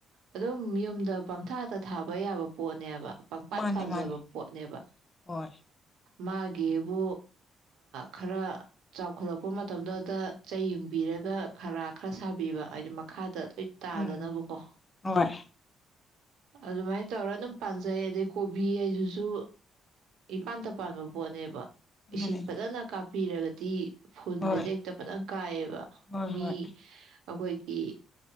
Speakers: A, on the right (about 85°); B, on the left (about 30°).
A: ꯑꯗꯨꯝ ꯌꯨꯝꯗ ꯄꯪꯊꯥꯇ ꯊꯥꯕ ꯌꯥꯕ ꯄꯣꯠꯅꯦꯕ ꯄꯪꯄꯥꯟ
B: ꯃꯥꯅꯤ
A: ꯄꯥꯟꯖꯕ
B: ꯃꯥꯅꯤ
A: ꯄꯣꯠꯅꯦꯕ
B: ꯍꯣꯏ
A: ꯃꯥꯒꯤꯕꯨ ꯈꯔ ꯆꯥꯎꯈꯠꯂꯛꯄ ꯃꯇꯝꯗꯨꯗ ꯆꯩ ꯌꯦꯡꯕꯤꯔꯒ ꯈꯔ ꯈꯔ ꯁꯥꯕꯤꯕ ꯍꯥꯏꯗꯤ ꯃꯈꯥꯗ ꯍꯣꯏ ꯇꯥꯗꯅꯕꯀꯣ
B: ꯎꯝ ꯍꯣꯏ
A: ꯑꯗꯨꯃꯥꯏꯅ ꯇꯧꯔ ꯑꯗꯨꯝ ꯐꯖꯩ ꯑꯗꯩ ꯀꯣꯕꯤ ꯍꯥꯏꯗꯨꯁꯨ ꯏꯄꯥꯟ ꯇ ꯄꯥꯟꯕ ꯄꯣꯠꯅꯦꯕ ꯏꯁꯤꯡꯁꯤꯡ
B: ꯍꯥꯏꯗꯤ
A: ꯄꯇꯥ ꯅ ꯀꯥꯞ ꯄꯤꯔꯒꯗꯤ ꯐꯨꯟꯒꯁꯦ
B: ꯍꯣꯏ
A: ꯍꯦꯛꯇ ꯐꯖꯪ ꯀꯥꯏꯑꯕ
B: ꯍꯣꯏ
A: ꯃꯤ
B: ꯍꯣꯏ
A: ꯑꯩꯈꯣꯏꯒꯤ